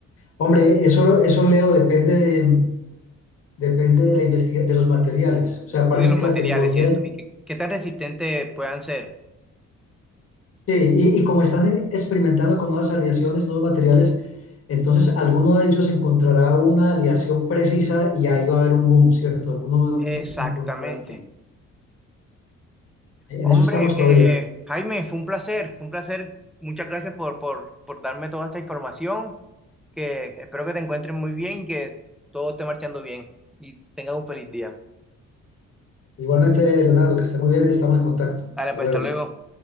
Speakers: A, on the left; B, in the centre.
A: Hombre, eso, eso Leo, depende de, depende de la investiga- de los materiales. O sea, parece
B: Y de los
A: que
B: materiales,
A: la tecnología
B: ¿cierto? ¿Y qué, qué tan resistentes puedan ser?
A: Sí, y, y como están experimentando con nuevas aleaciones, nuevos materiales, entonces alguno de ellos encontrará una aleación precisa y ahí va a haber un boom, ¿cierto? Alguno
B: Exactamente.
A: encontrará el que... En
B: Hombre,
A: eso estamos
B: eh,
A: todavía.
B: Jaime, fue un placer, fue un placer. Muchas gracias por, por, por darme toda esta información, que espero que te encuentres muy bien y que todo esté marchando bien y tengas un feliz día.
A: Igualmente, Leonardo, que esté muy bien y estamos en contacto.
B: Dale,
A: Hasta
B: pues
A: luego.
B: hasta luego.